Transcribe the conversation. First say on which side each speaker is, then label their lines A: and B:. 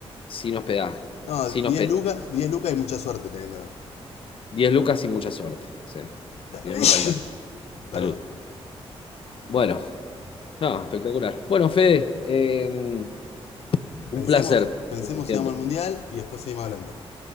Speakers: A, on the left (about 55°); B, on the left (about 80°).
A: sin hospedaje,
B: No,
A: sin
B: 10
A: hospedaje.
B: lucas, 10 lucas y mucha suerte tenés que tener.
A: 10 lucas y mucha suerte, sí.
B: <coughs>
A: Si no, no te alcanza.
B: Perdón.
A: Salud. Bueno, no, espectacular. Bueno, Fede, eh, un
B: Pensemos,
A: placer,
B: pensemos
A: como siempre.
B: si vamos al mundial y después seguimos hablando.